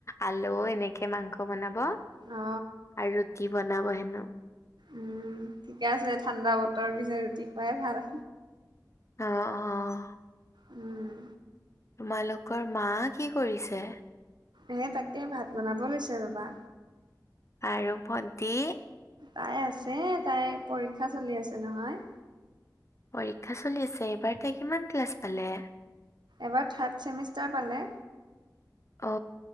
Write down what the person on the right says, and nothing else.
অ
উম ঠিকে আছে ঠাণ্ডা বতৰ পিছে ৰুটি খুৱাই ভাল
উম!
হে তাকে ভাত বনাব লৈছে ৰ'বা
তাই আছে তাই পৰীক্ষা চলি আছে নহয়।
এবাৰ থাৰ্ড চেমিষ্টাৰ পালে।